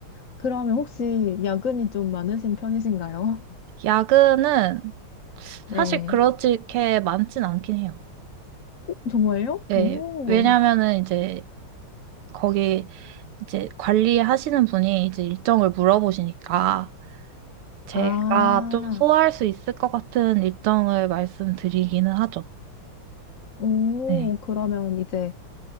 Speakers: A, on the left; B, on the right.
A: 그러면 혹시 야근이 좀 많으신 편이신가요? <laughs>
B: 야근은
A: 네.
B: 사실 그렇게 많진 않긴 해요.
A: 정말요?
B: 네
A: 오.
B: 왜냐면은 이제 거기 이제 관리하시는 분이 이제 일정을 물어보시니까 제가
A: 아.
B: 좀 소화할 수 있을 것 같은 일정을 말씀드리기는 하죠.
A: 오,
B: 네.
A: 그러면 이제,